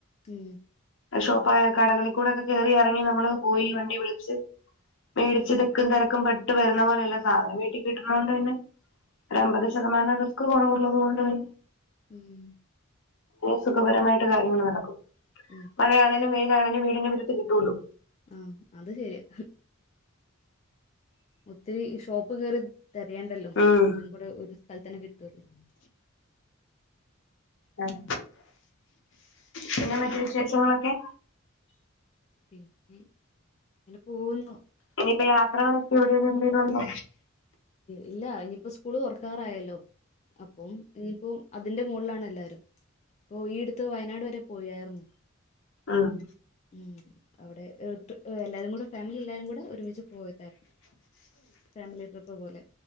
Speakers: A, on the left; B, on the left.
A: മ്മ്
B: ഷോപ്പായ കടകളിൽ കൂടൊക്കെ കയറി ഇറങ്ങി നമ്മള് പോയി വണ്ടി വിളിച്ച് മേടിച്ച് തിക്കും തിരക്കും പെട്ട് വരുന്ന പോലല്ല സാധനം വീട്ടിൽ കിട്ടുന്ന കൊണ്ട് പിന്നെ ഒരു അമ്പത് ശതമാനം റിസ്ക്ക് കുറവുള്ളത് കൊണ്ട് പിന്നെ
A: ഉം
B: സുഖപരമായിട്ട് കാര്യങ്ങൾ നടക്കും
A: ഉം
B: മഴയാണെങ്കലും വെയിലാണെങ്കിലും വീടിന് മീറ്റത്ത് കിട്ടോലോ
A: ആഹ് അത് ശരിയാ ഒത്തിരി ഷോപ്പ് കേറി തരേണ്ടല്ലോ
B: ഉം
A: എല്ലം കൂടെ ഒരു സ്ഥലത്തന്നെ കിട്ടല്ലോ
B: ആഹ് പിന്നെ മറ്റു വിശേഷങ്ങളൊക്കെ
A: പിന്നെ അങ്ങനെ പോവുന്നു
B: ഇനിയിപ്പ യാത്രകളൊക്കെ എവിടെലും എന്തേലും ഉണ്ടോ
A: ഇല്ല ഇനിയിപ്പോ സ്കൂള് തുറക്കാറായല്ലോ അപ്പം ഇനിയിപ്പോ അതിന്റെ മോളിലാണ് എല്ലാരും ഇപ്പൊ ഈ അടുത്ത് വയനാട് വരെ പോയാരുന്നു
B: ആഹ്
A: ഉം അവിടെ എല്ലാരും കൂടെ ഫാമിലി എല്ലാരും കൂടെ ഒരുമിച്ച് പോയതാരുന്നു ഫാമിലി ട്രിപ്പ് പോലെ